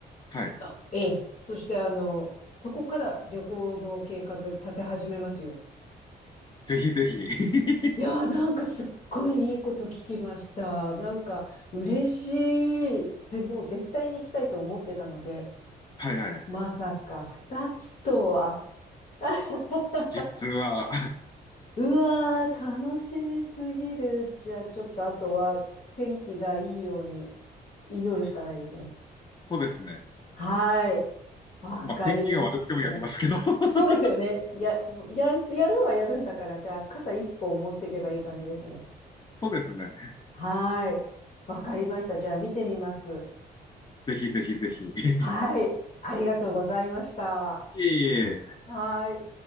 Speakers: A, on the left; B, on the left.
A: はい。
B: あ、ええ、そしてあの、そこから旅行の計画立て始めますよ。
A: ぜひぜひ。<laughs>
B: いやーなんかすっごいいいこと聞きました。なんか嬉しい。ぜ、もう絶対に行きたいと思ってたので、
A: はいはい。
B: まさか二つとは。<laughs>
A: 実は、<laughs>
B: うわー、楽しみすぎる。じゃあ、ちょっとあとは天気がいいように祈るしかないですね。
A: そうですね。
B: はーい。わかりました。
A: まあ、天気が悪くてもやりますけど <laughs>
B: そうですよね。や、や、やるはやるんだから、じゃあ傘一本持っていけばいい感じですね。
A: そうですね。
B: はーい。わかりました。じゃあ見てみます。
A: ぜひぜひぜひ。<laughs>
B: はい。ありがとうございました。
A: いえいえ。
B: はーい。